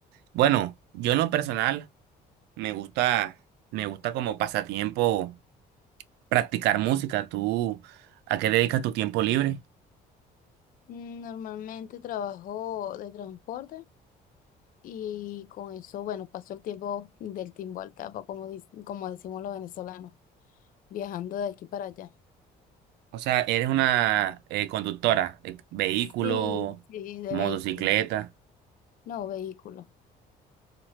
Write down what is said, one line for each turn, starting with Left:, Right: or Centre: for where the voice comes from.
Right: bueno, yo en lo personal me gusta, me gusta como pasatiempo practicar música. ¿Tú a qué dedicas tu tiempo libre?
Left: Mm, Normalmente trabajo de transporte y con eso, bueno, paso el tiempo del timbo al tapa, como, dic- como decimos los venezolanos, viajando de aquí para allá.
Right: O sea, eres una eh, conductora de vehículo,
Left: Sí, sí, de
Right: motocicleta.
Left: vehículo. No, vehículos